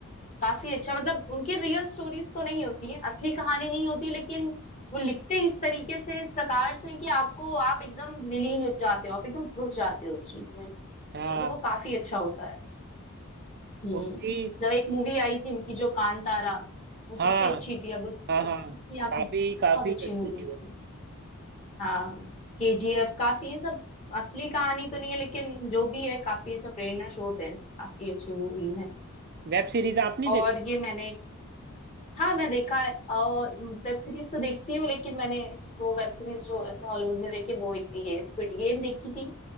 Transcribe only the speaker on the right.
हाँ
उनकी
हाँ
हाँ हाँ
काफी काफी
अच्छी
थी
वो
वेब सीरीज आप नहीं
देखी